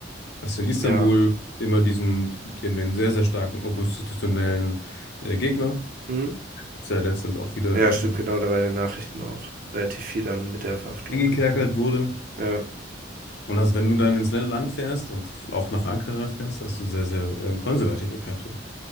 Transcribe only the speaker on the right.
Ja.
Mhm.
Ja, stimmt,
genau, da war in den Nachrichten auch relativ viel dann mit der Verhaftung.
Ja,